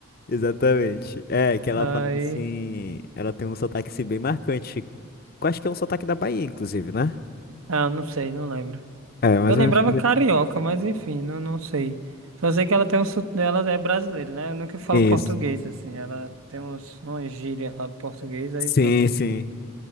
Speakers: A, on the left; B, on the right.
A: Exatamente. É, que ela
B: Aí.
A: fala assim. Ela tem um sotaque assim, bem marcante. Eu acho que é um sotaque da Bahia, inclusive, né?
B: Ah, não sei, não lembro.
A: É, mais
B: Eu lembrava
A: ou menos.
B: carioca, mas enfim, não, não sei. Só sei que ela tem um sotaque dela, é brasileira, né? Eu nunca falo
A: Isso.
B: português, assim. Ela tem uns, umas gírias lá em português, aí
A: Sim,
B: pronto.
A: sim.